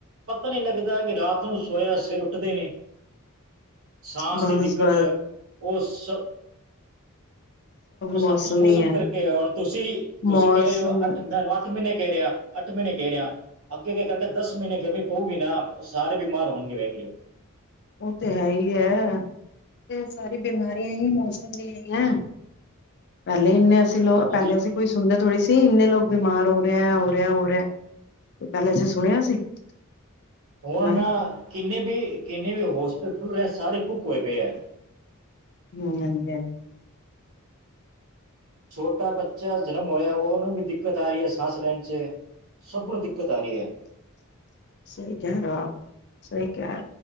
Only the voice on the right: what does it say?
ਪਤਾ ਨਹੀ ਲੱਗਦਾ ਕਿ ਰਾਤ ਨੂੰ ਸੋਇਆ ਸਵੇਰੇ ਉੱਠਦੇ ਨੇ ਸਾਸ
ਦੀ ਦਿੱਕਤ
ਉਹ ਸ ਉਹ ਸਭ
ਕੁਛ ਮੌਸਮ
ਕਰਕੇ ਹੁਣ ਤੁਸੀਂ -ਤੁਸੀਂ
ਕਹਿ ਰਹੇ ਹੋ ਅੱਠ ਮ ਮੈਨੂੰ ਅੱਠ ਮਹੀਨੇ ਕਹਿ ਰਿਹਾ ਅੱਠ ਮਹੀਨੇ ਕਹਿ ਰਿਹਾ। ਅੱਗੇ- ਅੱਗੇ ਕਰਕੇ ਦਸ ਮਹੀਨੇ ਗਰਮੀ ਪਊਗੀ ਨਾ ਉਹ ਸਾਰੇ ਬਿਮਾਰ ਹੋਣਗੇ ਵੇਖ ਲਿਓ।
ਹਾਂਜੀ
ਹੁਣ
ਨਾ ਕਿੰਨੇ ਵੀ ਕਿੰਨੇ ਵੀ ਹੋਸਪਿਟਲ ਖੁੱਲ ਰਹੇ ਸਾਰੇ ਬੁੱਕ ਹੋਏ ਪਏ ਆ।
ਛੋਟਾ ਬੱਚਾ ਜਨਮ ਹੋਇਆ, ਉਹਨੂੰ ਵੀ ਦਿੱਕਤ ਆ ਰਹੀ ਐ ਸਾਸ ਲੈਣ 'ਚ ਸਬ ਨੂੰ ਦਿੱਕਤ ਆ ਰਹੀ ਐ।